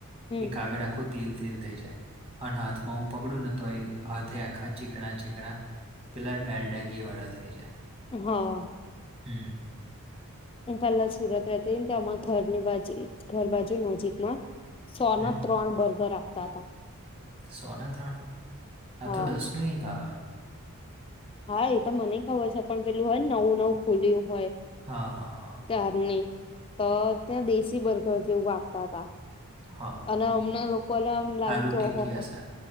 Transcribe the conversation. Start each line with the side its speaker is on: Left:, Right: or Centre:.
Left: હમ
Right: એ કાગળ આખું તેલ તેલ થઈ જાય. અને હાથમાં હું પકડું ને તો હાથે આખા ચીકણા ચીકણા પેલા ડાલડા ઘી વાળા થઈ જાય.
Left: હા.
Right: હ અ
Left: હું પેલા સુરત રહેતીન તો અમાર ઘરની બાજી ઘર બાજુ નજીકમાં સો
Right: હમ
Left: ના ત્રણ બર્ગર આપતા હતા.
Right: સો ને ત્રણ આ
Left: હા
Right: તો દસ નું એક આવે.
Left: હા એ તો મને ખબર છે પણ પેલું હોય ને નવું નવું ખુલ્યું હોય
Right: હા હ હ
Left: તારને તો ત્યાં દેશી બર્ગર જેવું આપતા હતા.
Right: હા
Left: અને અમન લોકોને એમ લાગે
Right: આલુ
Left: કે
Right: ટિક્કી
Left: ઓહો હો
Right: હશે